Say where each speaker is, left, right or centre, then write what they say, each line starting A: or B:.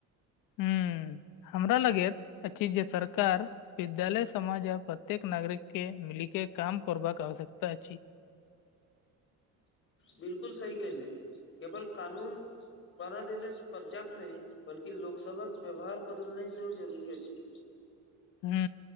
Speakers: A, on the left; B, on the left.
A: हूँ हमरा लगैत अछि जे सरकार विद्यालय समाज प्रत्येक नागरिक के मिलिके काम करबाक आवश्यकता अछि
B: बिल्कुल सही कह ले केवल कानून बना देनेसँ पर्याप्त नहि बल्कि लोकसभक व्यवहार बदलनाई सेहो जरूरी अछि
A: ह